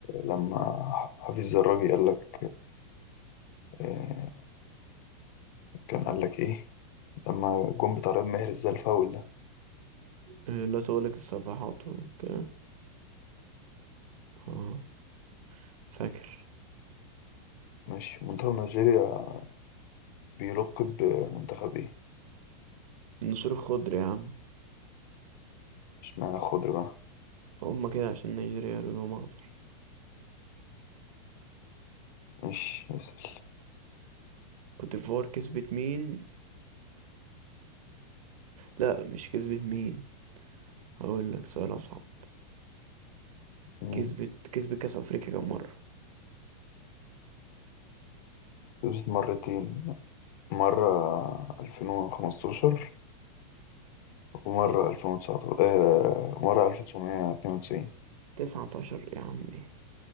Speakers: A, on the left; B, on the right.
A: لما حفيظ الراجي قال لك آه، كان قال لك إيه لما جون بتاع رياض محرز ده الفاول ده
B: آه، لا تغلق الصفحات وكده اه فاكر
A: مش منتخب نيجيريا بيلق بمنتخب إيه
B: النسور الخضر يا عم
A: مش معنى خضر بقى
B: هما كده عشان نيجيريا لونهم اخضر
A: مش اسأل
B: كوت ديفوار كسبت مين لا مش كسبت مين هقول لك سؤال اصعب
A: مم.
B: كسبت كسبت كاس افريقيا كام مره
A: كسبت مرتين مرة 2015 ومرة 2019 آه مرة 1992
B: 19 يا عمي